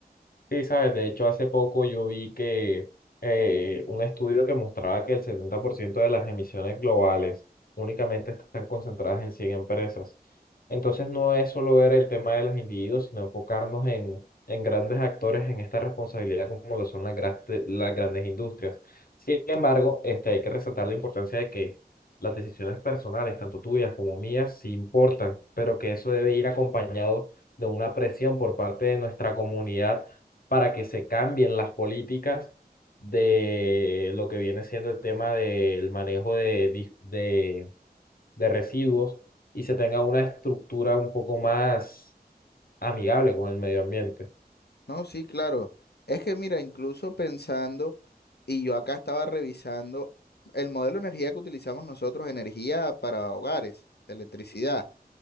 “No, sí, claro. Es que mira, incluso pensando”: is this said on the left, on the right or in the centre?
Left